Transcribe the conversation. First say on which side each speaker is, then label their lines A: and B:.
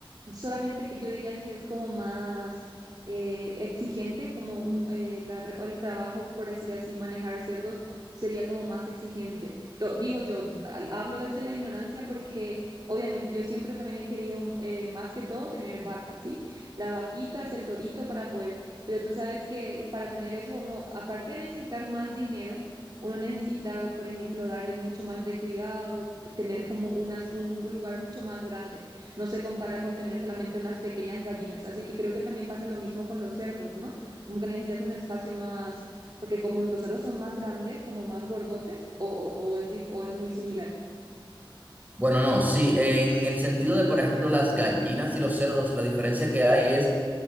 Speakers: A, on the right; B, on the right.
A: Solamente que yo diría que es como más eh, exigente, como un, eh, la re- o el trabajo, por decir así, manejar cerdos sería como más exigente. Lo digo yo, al- hablo desde la ignorancia porque obviamente yo siempre también he querido eh, más que todo tener vacas, ¿sí? La vaquita es el torito para poder, pero tú sabes que para tener eso uno, aparte de necesitar más dinero, uno necesita, por ejemplo, darle mucho más de cuidado, tener como unas, un un lugar mucho más grande no se compara con tener solamente unas pequeñas gallinas. Así que creo que también pasa lo mismo con los cerdos, ¿no? Como que necesitas un espacio más, porque como los cerdos son más grandes, como más gordotes, o, o, o es, dif- o es muy similar.
B: Bueno, no, sí, en el sentido de, por ejemplo, las gallinas y los cerdos, la diferencia que hay es